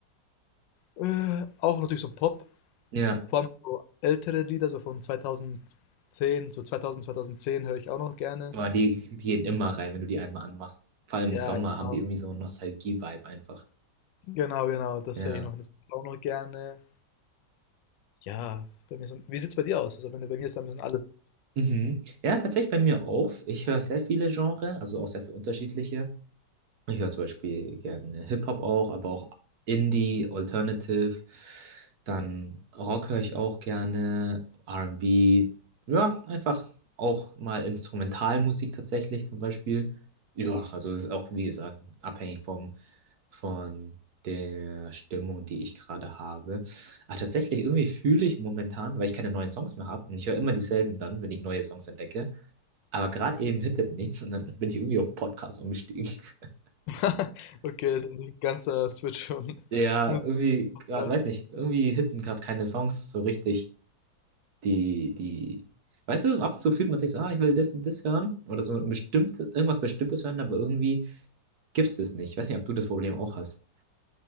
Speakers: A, on the left; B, on the right.
A: äh, auch natürlich so Pop,
B: Ja.
A: vor allem so ältere Lieder, so von 2010, so 2000, 2010 höre ich auch noch gerne.
B: Aber die, die gehen immer rein, wenn du die einmal anmachst. Vor allem
A: Ja,
B: im Sommer
A: genau.
B: haben die irgendwie so einen Nostalgie-Vibe einfach.
A: Genau, genau, das
B: Ja.
A: höre ich noch, das höre ich auch noch gerne. Ja, bei mir so, wie sieht es bei dir aus? Also, wenn du bei mir ist, dann müssen alles.
B: Mhm. Ja, tatsächlich bei mir auch. Ich höre sehr viele Genres, also auch sehr viele unterschiedliche. Ich höre zum Beispiel gerne Hip-Hop auch, aber auch Indie, Alternative. Dann Rock höre ich auch gerne, R&B. Ja, einfach auch mal Instrumentalmusik tatsächlich zum Beispiel. Ja, also es ist auch, wie gesagt, abhängig vom von der Stimmung, die ich gerade habe. Ah, tatsächlich, irgendwie fühle ich momentan, weil ich keine neuen Songs mehr habe und ich höre immer dieselben dann, wenn ich neue Songs entdecke. Aber gerade eben hittet nichts und dann bin ich irgendwie auf Podcast umgestiegen. <laughs>
A: <laughs> Okay, das ist ein ganzer Switch von <laughs>
B: Ja,
A: Musik
B: irgendwie,
A: zum Podcast.
B: gra- weiß nicht, irgendwie hitten gerade keine Songs so richtig, die, die, weißt du, so ab und zu fühlt man sich so, ah, ich will das und das hören oder so ein bestimmtes, irgendwas Bestimmtes hören, aber irgendwie gibt's das nicht. Ich weiß nicht, ob du das Problem auch hast.